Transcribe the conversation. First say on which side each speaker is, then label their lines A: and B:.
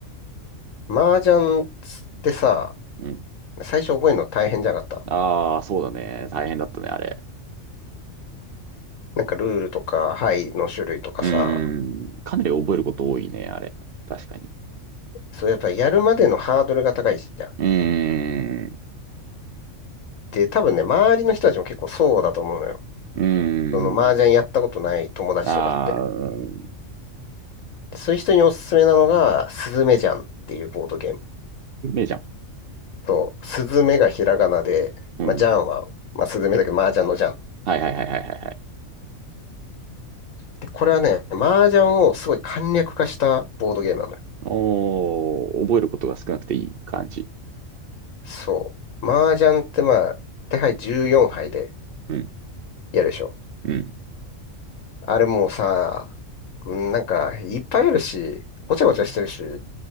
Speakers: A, on the left; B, on the right.
A: 麻雀ってさ、
B: うん。
A: 最初覚えるの大変じゃなかった
B: ああ、そうだね。大変だったね、あれ。
A: なんかルールとか、牌の種類とかさ、
B: うーん。かなり覚えること多いね、あれ。確かに。
A: そうやっぱやるまでのハードルが高いじゃん。
B: うーん。
A: で、多分ね、周りの人たちも結構そうだと思うのよ。
B: うーん。
A: その麻雀やったことない友達とかって。
B: ああ、うん
A: でそういう人におすすめなのが、スズメジャンっていうボードゲーム。
B: じゃん。
A: と、スズメがひらがなで、
B: うん。
A: まあ、ジャンは、まあ、スズメだけど、麻雀のジャン。
B: はいはいはいはいはいはい。
A: で、これはね、麻雀をすごい簡略化したボードゲームなのよ。
B: おー、覚えることが少なくていい感じ。
A: そう。麻雀ってまあ、手牌14牌で
B: うん、
A: やるでしょ。
B: うん。
A: あれもうさ、うんなんか、いっぱいあるし、ごちゃごちゃしてるし、